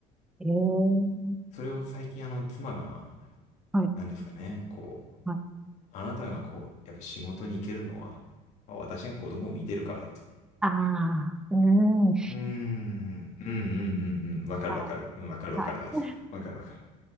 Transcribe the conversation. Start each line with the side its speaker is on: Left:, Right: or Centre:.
Centre: えー
Left: それを最近あの妻が、
Centre: はい
Left: 何ですかね、こう、
Centre: はい。
Left: あなたがこう、やっぱ仕事に行けるのは、まあ私が子供を見てるからだと。
Centre: ああ、うん。は
Left: うーん、うんうんうんうん、わかるわかる、
Centre: い
Left: うん、わかるわかるなんですよ。
Centre: はい。
Left: わかるわかる。